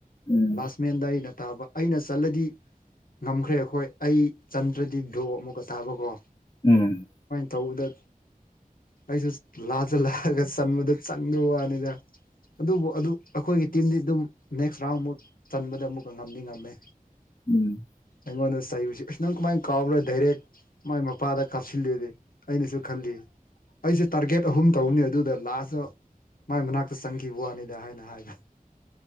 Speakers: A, on the left; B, on the left.
A: ꯎꯝ
B: ꯂꯥꯁꯃꯦꯟꯗ ꯑꯩꯅ ꯇꯥꯕ ꯑꯩꯅ ꯆꯠꯂꯗꯤ ꯉꯝꯈ꯭ꯔꯦ ꯑꯈꯣꯏ ꯑꯩ ꯆꯟꯗ꯭ꯔꯗꯤ ꯗ꯭ꯔꯣ ꯑꯃꯨꯛꯀ ꯇꯥꯕꯥꯀꯣ
A: ꯎꯝ
B: ꯇꯧꯕꯗ ꯑꯩꯖꯨ ꯂꯥꯖꯂꯥꯛꯑꯒ ꯆꯟꯕꯗ ꯆꯪꯗꯕ ꯋꯥꯅꯤꯗ ꯑꯗꯨꯕꯨ ꯑꯗꯨ ꯑꯈꯣꯏꯒꯤ ꯇꯤꯝꯗꯤ ꯑꯗꯨꯝ ꯅꯦꯛꯁ ꯔꯥꯎꯟꯃꯨꯛ ꯆꯟꯕꯗ ꯑꯃꯨꯛꯀ ꯉꯝꯗꯤ ꯉꯝꯃꯦ꯫
A: ꯎꯝ
B: ꯑꯩꯉꯣꯟꯗ ꯆꯩꯕꯁꯤ ꯑꯁ ꯅꯪ ꯀꯃꯥꯏꯅ ꯀꯥꯎꯕ꯭ꯔꯦ ꯗꯥꯏꯔꯦꯛ ꯃꯥꯏ ꯃꯄꯥꯗ ꯀꯥꯞꯁꯤꯜꯂꯤꯗꯤ ꯑꯩꯅꯁꯨ ꯈꯜꯂꯤ ꯑꯩꯁꯨ ꯇꯥꯔꯒꯦꯠ ꯑꯍꯨꯝ ꯇꯧꯕꯅꯤ ꯑꯗꯨꯗ ꯂꯥꯁꯇ ꯃꯥꯏ ꯃꯅꯥꯛꯇ ꯆꯪꯈꯤꯕ ꯋꯥꯅꯤꯗ ꯍꯥꯏꯅ ꯍꯥꯏꯅ